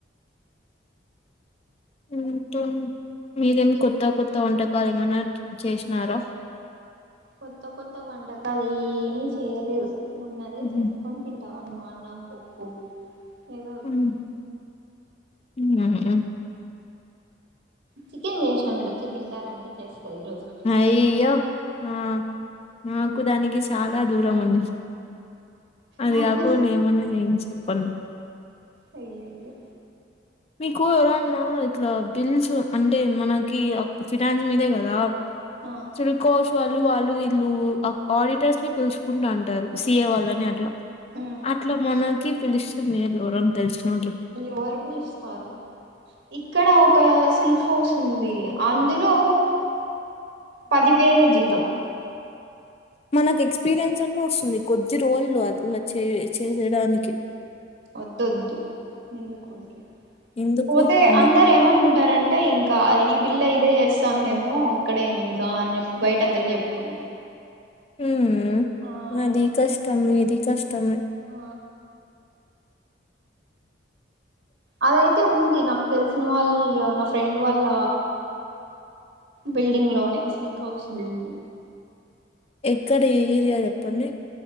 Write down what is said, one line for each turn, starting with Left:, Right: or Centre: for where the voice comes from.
Left: ఇంకేం. మీరేం
Right: ఏమో
Left: కొత్త కొత్త వంటకాలు ఏమన్నా చేసినారా?
Right: కొత్త కొత్త వంటకాలు ఏమి చేయలేదు. ఉన్నదే
Left: హ్మ్.
Right: చేస్ ఏం తింటావ్ నువ్వు అన్నం, పప్పు ఏదో ఒకటి
Left: ఉమ్ హు హు
Right: చికెన్ చేసినా మీరు వచ్చి తింటారంటే చేస్తా ఈ రోజు.
Left: అయ్యో ఆ మాకు దానికి చాలా దూరం ఉంది. అది
Right: నాకు
Left: కాకుండా ఏమన్నా నేను చెప్పను.
Right: అయ్యయో
Left: మీకు ఎవరన్నా ఇట్లా బిల్స్ అంటే మనకి ఫినాన్స్ మీదే కదా
Right: ఆ
Left: త్రీకోస్ వాళ్ళు వాళ్ళు వీళ్ళు ఆడిటర్స్ ని పిలుచుకుంటు ఉంటారు. సి. ఏ వాళ్ళని అట్లా.
Right: ఉమ్
Left: అట్లా మనకి పిలిస్తే మేలు బాగుండు. ఎవరన్న తెలిసిన వాళ్ళు.
Right: ఎవరు పిలుస్తారు? ఇక్కడ ఒక సిల్క్ హౌస్ ఉంది అందులో పదివేలే జీతం
Left: మనక్ ఎక్స్పీరన్స్ అన్న ఒస్తుంది కొద్ది రోళ్లు అదిలా చే చేసేడానికి
Right: ఒద్దోద్దు ఎందుక్ ఊరికే
Left: ఎందుకు
Right: పోతే
Left: అని
Right: అందర్ ఏమనుకుంటారంటే ఇంకా ఈ పిల్ల ఇదే చేస్తాందేమో ఇక్కడే ఇంకా అన్ చెప్ బయట అందరికి చెప్ కుండ
Left: ఊ మ్
Right: ఆ
Left: అది కష్టం ఇది కష్టమె
Right: ఆ అదైతే ఉంది నాక్ తెలిసిన వాళ్య నా ఫ్రెండ్ వాళ్ళ బిల్డింగ్ లోనే సిల్క్ హౌస్ బిల్డింగ్
Left: ఎక్కడ్ ఏ ఇరియా యెప్పండి